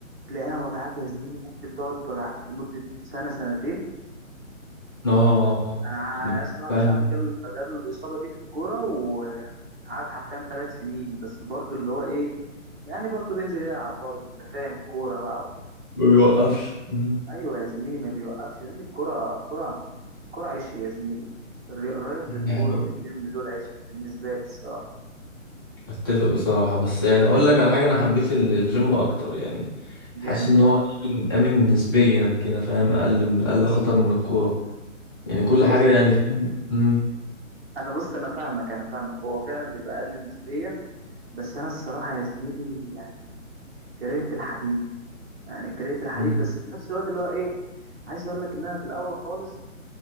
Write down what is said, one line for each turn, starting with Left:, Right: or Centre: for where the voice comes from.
Right: تلاقيها وجعاك يا زميلي ممكن تقعد توجعك لمدة سنة سنتين
Left: اه
Right: انا لسه واحد
Left: فاهم
Right: صاحبي جاله جاله الاصابه دي في الكوره وقعد حرفيا ثلاث سنين بس برضو اللي هو ايه يعني برضو بينزل يلعب برضو انت فاهم الكوره بقى و...
Left: ما بيوقفش مم.
Right: ايوه يا زميلي ما بيوقفش لان الكوره الكوره الكوره عشق يا زميلي الري- رياضه
Left: يعني
Right: الكوره والجيم دول عشق بالنسبه لي الصراحه
Left: اتفق بصراحة بس يعني اقول لك على حاجة انا حبيت الجيم اكتر يعني
Right: جامد
Left: حاسس ان هو امن امن نسبيا كده فاهم اقل من اقل خطر من الكورة يعني كل
Right: بص
Left: حاجة يعني فاهم امم
Right: انا بص انا فاهمك انا فاهمك هو فعلا بيبقى اقل نسبيا بس انا الصراحه يا زميلي يعني كرهت الحديد يعني كرهت الحديد
Left: امم
Right: بس في نفس الوقت اللي هو ايه عايز اقول لك ان انا في الاول خالص